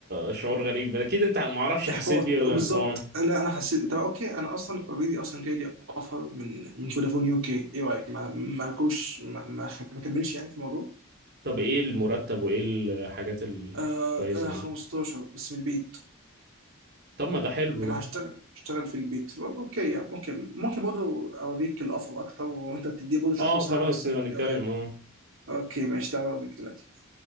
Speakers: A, on the right; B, on the right.
A: شعور غريب اكيد انت ما اعرفش حسيت
B: احباط
A: بيه ولا
B: آه، بالظبط
A: اه
B: انا انا حسيت طب اوكي انا اصلا اوريدي اصلا جاي لي اوفر من من فودافون يو كي ايه رايك ما ما كوش ما, ما خ- ما كملش يعني في الموضوع
A: طب ايه المرتب وايه الحاجات الكويسة
B: آه آه،
A: يعني
B: 15 بس من البيت
A: طب ما ده حلو
B: انا
A: ده
B: هشتغل هشتغل في البيت والله اوكي يعني اوكي ممكن برضه اوريك الاوفر اكتر وانت تدي برضه شويه
A: اه
B: نصايح
A: خلاص
B: عن السفر
A: نبقى نتكلم
B: ايه رايك
A: اه
B: اوكي ماشي تعالى اوريك دلوقتي